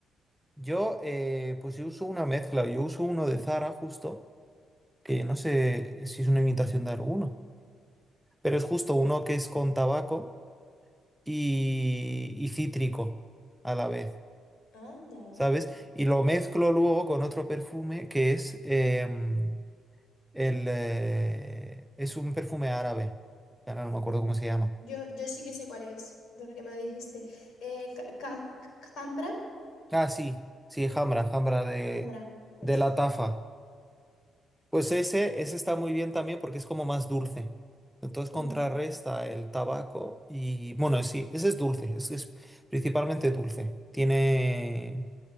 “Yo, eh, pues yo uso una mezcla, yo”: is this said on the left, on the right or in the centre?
Centre